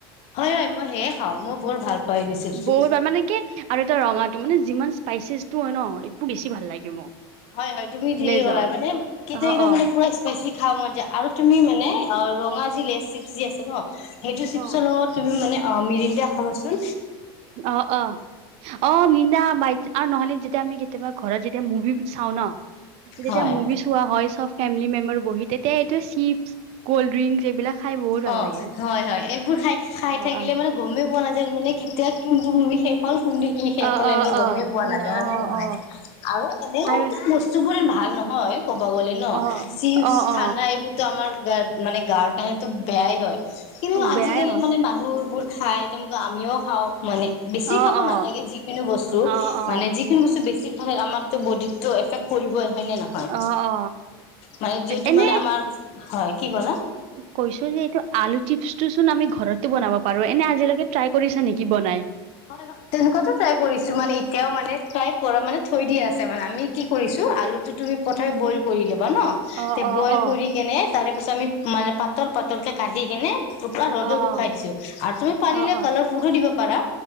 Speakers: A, on the left (about 55°); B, on the right (about 55°).
A: হয়, হয়, মই সেয়ে খাওঁ মই বৰ ভাল পাওঁ এই চিপছটো।
B: বহুত বাৰ মানে কি আৰু এটা ৰঙাটো মানে যিমান স্পাইচেচটো হয় ন একদম বেছি ভাল লাগে মোক
A: হয়, হয়, তুমি ঠিকে
B: লেজাৰ
A: কৰা মানে কেতিয়া
B: অ',
A: কেতিয়া
B: অ',
A: মানে পুৰা স্পাইচি খাওঁ মন য আৰু তুমি মানে অ, ৰঙা যি লে চিপছ যি আছে ন? সেইটো চিপচৰ
B: অ',
A: লগত তুমি মানে অ, মিৰিণ্ডা খাবা চোন।
B: অ', অ', অ', নিদাই আৰু নহলে যেতিয়া আমি কেতি কেতিয়াবা ঘৰত যেতিয়া মুভি চাও ন, যেতিয়া
A: হয়।
B: মুভি চোৱা হয় চব ফেমিলি মেম্বাৰ বহি তেতিয়া চিপছ কল্ড ড্ৰিংকচ এইবিলাক খাই বহুত ভাল
A: অ',
B: লাগে।
A: হয়, হয়, এইবোৰ খাই খাই
B: অ
A: থাকিলে
B: অ
A: মানে গমেই পোৱা নাযায় মানে কেতিয়া কিন্তু মুভি শেষ হ'ল। <unintelligible> কি শেষ
B: অ
A: হ'ল
B: অ
A: এনেকে গমেই
B: অ
A: পোৱা নাযায় হয়
B: অ
A: নে নহয়
B: অ
A: আৰু এনেইতো
B: আৰু
A: বস্তু বোৰ ভাল নহয় ক'ব গ'লে ন
B: অ
A: চিপচ
B: অ অ
A: ঠাণ্ডা এইবোৰতো আমাৰ গাৰ মানে গাৰ কাৰণে ত বেয়াই হয় কিন্তু আজিকালি
B: বেয়াই হয়
A: মানে মানুহবোৰ খাই তেনেকুৱা আমিও খাওঁ। মানে বেছি
B: অ
A: খাব
B: অ
A: নালাগে যিখিনি বস্তু
B: অ অ
A: মানে যিখিনি বস্তু বেছি মানে আমাৰতো বডিতো এফেক্ট কৰিবই। হয় নে নহয়
B: অ অ
A: মানে যিহেতু
B: এনে
A: মানে আমাৰ হয় কি ক'লা?
B: কৈছো যে এইটো আলু চিপছ টো চোন আমি ঘৰত বনাব পাৰো এনে আজিলৈকে ট্ৰাই কৰিছা নেকি বনাই?
A: হয়, হয়, তেনেকুৱাটো ট্ৰাই কৰিছো মানে এতিয়াও মানে ট্ৰাই কৰা মানে থৈ দিয়া আছে মানে আমি কি কৰিছো আলুটো তুমি প্ৰথমে বইল কৰি ল ন
B: অ
A: তে
B: অ
A: বইল
B: অ
A: কৰি কেনে তাৰে পিছত আমি মানে পাতল পাতলকে কাটি কেনে <unintelligible> ৰ'দত
B: অ
A: শুকাই
B: অ
A: দিছোঁ আৰু তুমি পাৰিলে
B: অ অ
A: কালাৰ ফুডু দিব পাৰা।